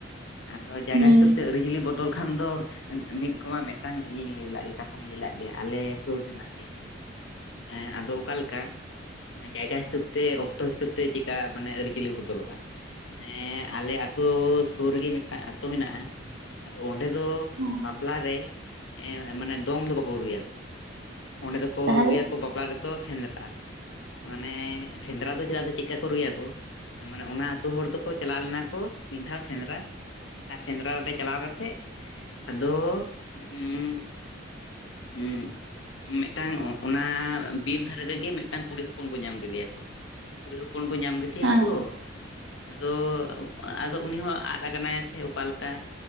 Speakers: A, on the left; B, on the right.
A: ᱟᱫᱚ ᱡᱟᱭᱜᱟ
B: ᱦᱩᱸ
A: ᱦᱤᱥᱟᱹᱵ ᱛᱮ ᱟᱹᱨᱤᱪᱟᱹᱞᱤ ᱵᱚᱫᱚᱞ ᱠᱷᱟᱱ ᱫᱚᱼᱼ ᱢᱤᱫ ᱨᱚᱠᱚᱢ ᱢᱤᱫᱴᱟᱝ ᱤᱭᱟᱹ ᱞᱟᱹᱭ ᱜᱮ ᱠᱟᱛᱷᱟ ᱞᱟᱹᱭ ᱞᱟᱫ ᱜᱮᱭᱟ ᱟᱞᱮ ᱥᱩᱨ ᱥᱮᱱᱟᱜ ᱜᱮᱼᱼ ᱦᱮᱸ ᱟᱫᱚ ᱚᱠᱟ ᱞᱮᱠᱟ ᱢᱟᱱᱮ ᱡᱟᱭᱜᱟ ᱦᱤᱥᱟᱹᱵ ᱛᱮ ᱚᱠᱛᱚ ᱦᱤᱥᱟᱹᱵ ᱛᱮᱼᱼ ᱛᱮ ᱪᱮᱠᱟ ᱢᱟᱱᱮ ᱟᱹᱨᱤᱪᱟᱹᱞᱤ ᱵᱚᱫᱚᱞᱚᱜᱼᱟ᱾ ᱦᱮᱸ ᱟᱞᱮ ᱟᱛᱩ ᱥᱩᱨ ᱨᱮᱜᱮ ᱢᱤᱫᱴᱟᱝ ᱟ ᱟᱹᱛᱩ ᱢᱮᱱᱟᱜᱼᱟ᱾ ᱟᱫᱚ ᱚᱸᱰᱮ ᱫᱚ
B: ᱦᱮᱸ
A: ᱵᱟᱯᱞᱟ ᱨᱮ ᱢᱟᱱᱮ ᱫᱚᱝ ᱫᱚ ᱵᱟᱠᱚ ᱨᱩᱭᱟ᱾ ᱚᱸᱰᱮ ᱫᱚᱠᱚ
B: ᱛᱟᱦᱚᱞᱮ
A: ᱨᱩᱭᱟᱠᱚ ᱵᱟᱯᱞᱟ ᱨᱮᱫᱚ ᱥᱮᱸᱫᱽᱨᱟ ᱢᱟᱱᱮ ᱥᱮᱸᱫᱽᱨᱟ ᱫᱚ ᱪᱮᱫᱟᱜ ᱪᱮᱫᱠᱟ ᱠᱚ ᱨᱩᱭᱟᱠᱚ ᱢᱟᱱᱮ ᱚᱱᱟ ᱟᱹᱛᱩ ᱦᱚᱲ ᱫᱚᱠᱚ ᱪᱟᱞᱟᱣ ᱞᱮᱱᱟ ᱠᱚ ᱢᱤᱫ ᱫᱷᱟᱣ ᱥᱮᱸᱫᱽᱨᱟ᱾ ᱟᱨ ᱥᱮᱸᱫᱽᱨᱟ ᱨᱮ ᱪᱟᱞᱟᱣ ᱠᱟᱛᱮᱜ ᱟᱫᱚ ᱮᱸ ᱦᱩ ᱢᱤᱫᱴᱟᱝ ᱚᱱᱟ ᱵᱤᱨ ᱫᱷᱟᱨᱮ ᱨᱮᱜᱮ ᱢᱤᱫᱴᱟᱝ ᱠᱩᱲᱤ ᱦᱚᱯᱚᱱ ᱠᱚ ᱧᱟᱢ ᱠᱮᱫᱮᱭᱟ ᱠᱚ ᱠᱩᱲᱤ ᱦᱚᱯᱚᱱ ᱠᱚ ᱧᱟᱢ ᱠᱮᱫᱮᱭᱟ
B: ᱦᱮᱸ
A: ᱠᱚ᱾ ᱟᱫᱚ ᱟᱫᱚ ᱩᱱᱤ ᱦᱚᱸ ᱟᱫ ᱟᱠᱟᱱᱟᱭ ᱥᱮ ᱚᱠᱟᱞᱮᱠᱟ᱾